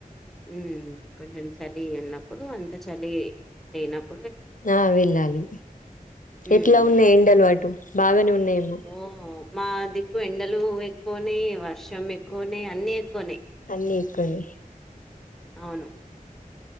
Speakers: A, in the centre; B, on the left (about 65°).
A: ఉమ్ కొంచెం చలి ఉన్నప్పుడు అంత చలి లేనప్పు.
B: ఆహ్ వెళ్ళాలి.
A: మ్
B: ఎట్లా ఉన్నాయి ఎండలు అటు బాగానే ఉన్నాయేమో.
A: ఓ మా దిక్కు ఎండలు ఎక్కువున్నాయి. వర్షం ఎక్కువున్నాయి. అన్ని ఎక్కువున్నాయి.
B: నీకాని.
A: అవును